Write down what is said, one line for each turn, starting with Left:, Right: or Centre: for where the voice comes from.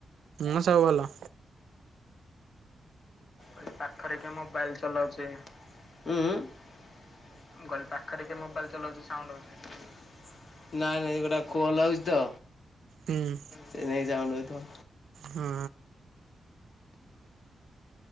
Right: ହଁ ସବୁ ଭଲ।
Left: ଏଇ ପାଖରେ କିଏ ମୋବାଇଲ ଚଲୋଉଚି? ଉଁ ଉଁ। ମୁଁ କହିଲି ପାଖରେ କିଏ ମୋବାଇଲ ଚଲୋଉଚି ସାଉଣ୍ଡ ହୋଉ ନା ନାଇଁ ଗୋଟେ କଲ୍ ଆଉଚି ତ।
Right: ହୁଁ।
Left: ସେଇଥିପାଇଁ ସାଉଣ୍ଡ ହୋଉଥିବ।
Right: ହୁଁ।